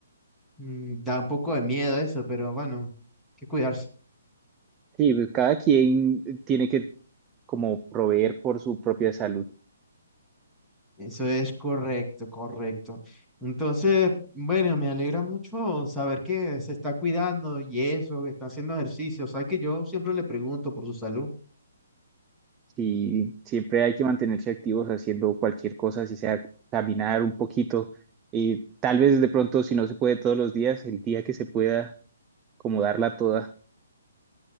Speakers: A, in the centre; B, on the right.
A: Mm, da un poco de miedo eso, pero bueno, hay que cuidarse.
B: Sí, pues, cada quien tiene que como proveer por su propia salud.
A: Eso es correcto, correcto. Entonces, bueno, me alegra mucho saber que se está cuidando y eso, que está haciendo ejercicio. Sabes que yo siempre le pregunto por su salud.
B: Sí, siempre hay que mantenerse activos haciendo cualquier cosa, si sea caminar un poquito. Y tal vez de pronto, si no se puede todos los días, el día que se pueda, como darla toda.